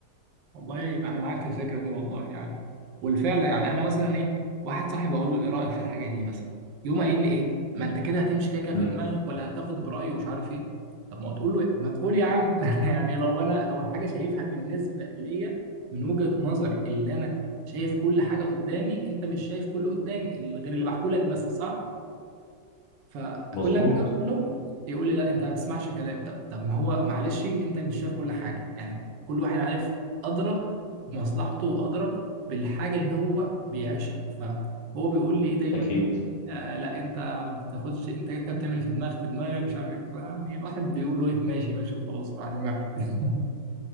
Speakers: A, on the right (about 80°); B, on the left (about 65°).
A: والله يبقى انا معاك في الفكره دي والله يعني والفعل يعني انا مثلا ايه واحد صاحبي اقول له ايه رايك في الحاجه دي مثلا يقوم قايل لي ايه ما انت كده هتمشي كده كده في
B: امم
A: دماغك ولا هتاخد برايه ومش عارف ايه طب ما تقول له إيه؟ ما تقول يا عم <laughs> يعني لو انا لو الحاجه شايفها بالنسبه ليا من وجهه نظري اللي انا شايف كل حاجه قدامي انت مش شايف كله قدامي غير اللي بحكولك بس صح فكل
B: مظبوط
A: ما اجي اقول له يقول لي لا انت ما بتسمعش كلام طب طب ما هو معلش انت مش شايف كل حاجه يعني كل واحد عارف ادرى بمصلحته وادرى بالحاجه اللي هو بيعيشها فهو بيقول لي إيه دايما
B: اكيد
A: آه لا انت ما بتاخدش انت كده كده بتعمل في دماغك في دماغك مش عارف إيه. يعني الواحد بيقول له ايه ماشي ماشي وخلاص راح دماغك <laughs>